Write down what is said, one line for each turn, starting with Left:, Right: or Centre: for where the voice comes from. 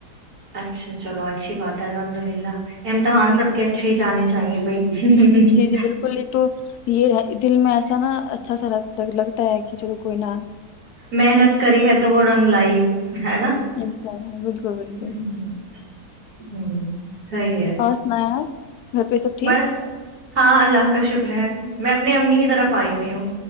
Right: اچھا چلو اچھی بات ہے الحمد للہ امتحان سب کے اچھے ہی جانے چاہیے بھائی
Left: جی
Right: <inaudible>
Left: جی بالکل ایک تو یہ دل میں ایسا نا اچھا سا لگتا ہے کچ ر کوئی ن
Right: محنت کری ہے تو وہ رنگ لائی ہے نا
Left: انشاء اللہ بالکل بالکل
Right: ہ صحی ہے
Left: اور سنائیں آپ گھر پہ سب ٹھیک
Right: بس ہاں اللہ کا شکر ہے میں اپنے امی کی طرف آئی ہوئی ہوں